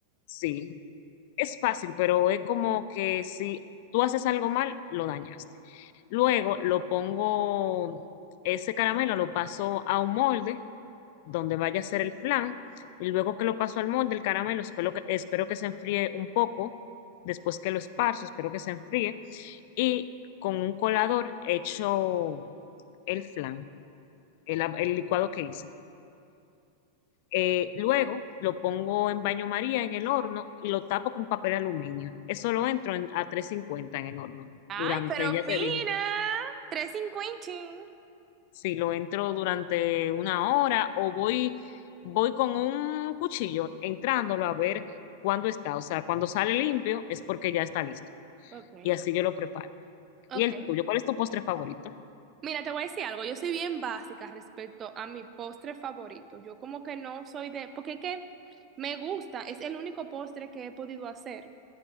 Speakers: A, on the left (about 50°); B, on the right (about 30°).
A: sí, es fácil, pero es como que si tú haces algo mal, lo dañaste. Luego lo pongo, ese caramelo lo paso a un molde donde vaya a ser el flan y luego que lo paso al molde, el caramelo, espero que, espero que se enfríe un poco, después que lo esparzo, espero que se enfríe y con un colador hecho el flan, el, el licuado que hice. Eh, luego lo pongo en baño María en el horno y lo tapo con papel aluminio. Eso lo entro en- a 350 en el horno
B: Ay,
A: durante,
B: pero
A: ya
B: fina,
A: te dije,
B: 350.
A: si lo entro durante una hora o voy, voy con un cuchillo entrándolo a ver cuándo está. O sea, cuando sale limpio es porque ya está listo.
B: Ok.
A: Y así yo lo preparo.
B: Ok.
A: ¿Y el tuyo? ¿Cuál es tu postre favorito?
B: Mira, te voy a decir algo. Yo soy bien básica respecto a mi postre favorito. Yo como que no soy de... Porque es que me gusta, es el único postre que he podido hacer.